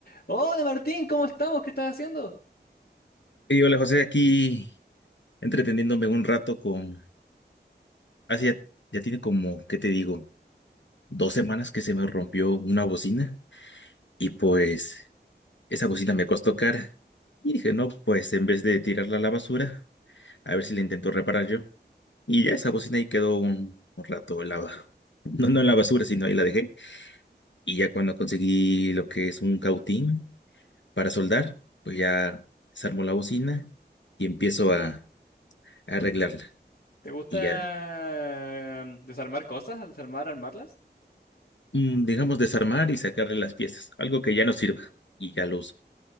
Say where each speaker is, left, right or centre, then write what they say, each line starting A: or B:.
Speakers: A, on the left; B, on the left.
A: Hola Martín, ¿cómo estamos? ¿Qué estás haciendo?
B: Y hola José, aquí entreteniéndome un rato con... Hace ya, ya tiene como, ¿qué te digo? Dos semanas que se me rompió una bocina y pues esa bocina me costó cara. Y dije, no, pues en vez de tirarla a la basura, a ver si la intento reparar yo. Y ya esa bocina ahí quedó un, un rato en la... <laughs> ba- No, no en la basura, sino ahí la dejé. Y ya cuando conseguí lo que es un cautín para soldar, pues ya desarmo la bocina y empiezo a a arreglarla.
A: ¿Te gusta
B: Y ya.
A: em, desarmar cosas? ¿Desarmar, armarlas?
B: mm, digamos, desarmar y sacarle las piezas, algo que ya no sirva y ya lo uso.